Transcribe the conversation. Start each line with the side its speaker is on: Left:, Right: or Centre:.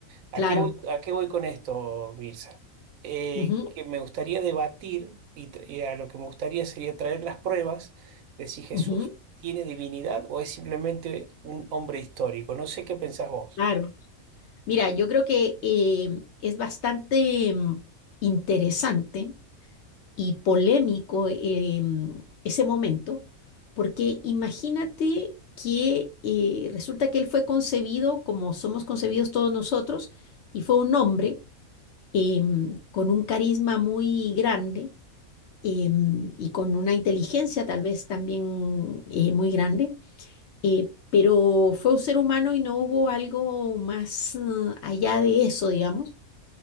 Right: ¿A
Left: claro.
Right: qué voy, a qué voy con esto, Mirza? Eh,
Left: ujú,
Right: que me gustaría debatir y, tra- y a lo que me gustaría sería traer las pruebas de si Jesús
Left: ujú,
Right: tiene divinidad o es simplemente un hombre histórico. No sé qué pensás vos.
Left: claro. Mira, yo creo que eh, es bastante mm, interesante y polémico eh, mm, ese momento, porque imagínate que eh, resulta que él fue concebido como somos concebidos todos nosotros, y fue un hombre eh, mm, con un carisma muy grande eh, mm, y con una inteligencia tal vez también eh, muy grande eh, pero fue un ser humano y no hubo algo más eh, allá de eso, digamos.